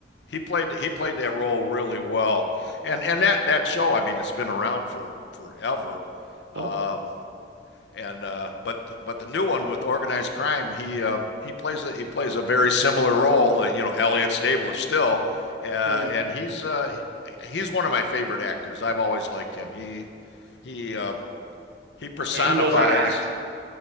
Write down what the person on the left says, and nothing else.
he played he played that role really well, and and that that show. I mean, it's been around for forever. Um,
and uh, but but the new one with organized crime, he uh, he plays a he plays a very similar role. Uh, you know, Elliot Stabler still, uh,
and he's uh, he's one of my favorite actors. I've always liked him. He he um, he personifies